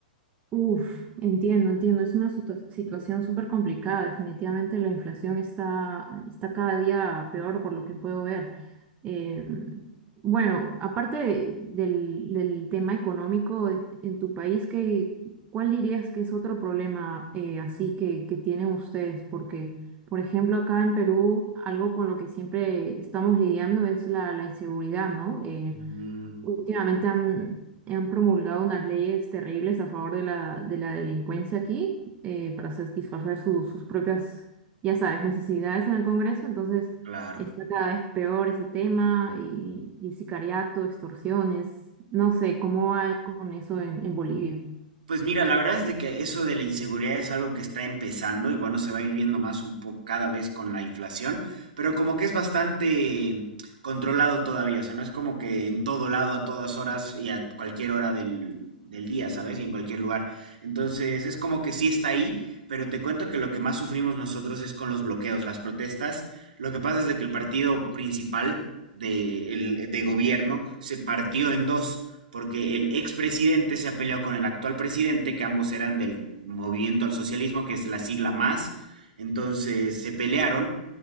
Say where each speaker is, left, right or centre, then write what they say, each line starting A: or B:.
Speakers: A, on the right; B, on the right.
A: Uf, entiendo, entiendo. Es una situ- situación súper complicada. Definitivamente la inflación está, está cada día peor por lo que puedo ver. Eh, bueno, aparte de- del, del tema económico en, en tu país, ¿qué, cuál dirías que es otro problema eh, así que, que tienen ustedes? Porque, por ejemplo, acá en Perú, algo con lo que siempre estamos lidiando es la, la inseguridad, ¿no? Eh,
B: Mm,
A: Últimamente han, han promulgado unas leyes terribles a favor de la, de la delincuencia aquí eh, para satisfacer su- sus propias, ya sabes, necesidades en el Congreso. Entonces
B: claro.
A: está cada vez peor ese tema y, y sicariato, extorsiones. No sé cómo va con eso en, en Bolivia.
B: Pues mira, la verdad es de que eso de la inseguridad es algo que está empezando y bueno, se va a ir viendo más un poco cada vez con la inflación, pero como que es bastante controlado todavía, o sea, no es como que en todo lado, a todas horas y a cualquier hora del, del día, ¿sabes? Y en cualquier lugar. Entonces, es como que sí está ahí, pero te cuento que lo que más sufrimos nosotros es con los bloqueos, las protestas. Lo que pasa es de que el partido principal de, el- de gobierno se partió en dos porque el expresidente se ha peleado con el actual presidente, que ambos eran del Movimiento al Socialismo, que es la sigla más. Entonces se pelearon.